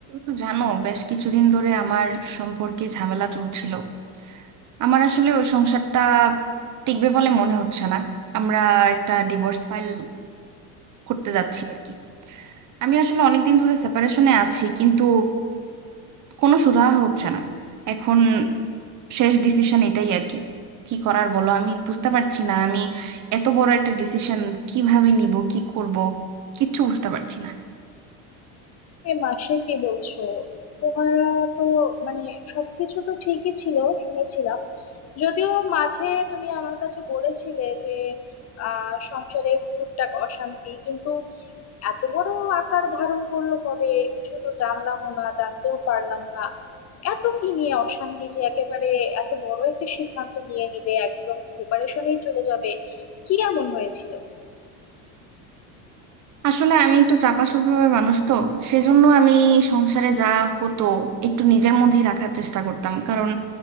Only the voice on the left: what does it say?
এ মাসে কি বলছো তোমারা তো মানে সবকিছু তো ঠিকই ছিল শুনেছিলাম যদিও মাঝে তুমি আমার কাছে বলেছিলে যে আহ সংসারে টুকটাক অশান্তি কিন্তু এত বড় আকার ধারণ করলো কবে কিছু তো জানলামও না জানতেও পারলাম না এত কি নিয়ে অশান্তি যে একেবারে এত বড় একটা সিদ্ধান্ত নিয়ে নিলে একদম সেপারেশনেই চলে যাবে কি এমন হয়েছিল